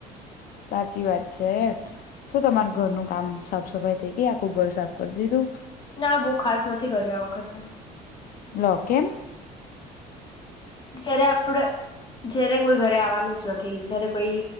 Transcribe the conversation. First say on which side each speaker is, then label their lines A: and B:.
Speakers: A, on the left; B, on the left.
A: સાચી <unintelligible> શું તમાર ઘરનું કામ સાફ સફાઈ થઈ ગઈ આખું ઘર સાફ કરે દીધું
B: ના ખાસ નથી કર્યું આ વખતે
A: લો કેમ
B: જ્યારે આપડ જયારે કોઈ ઘરે આવવાનું જ નથી જયારે કોઈ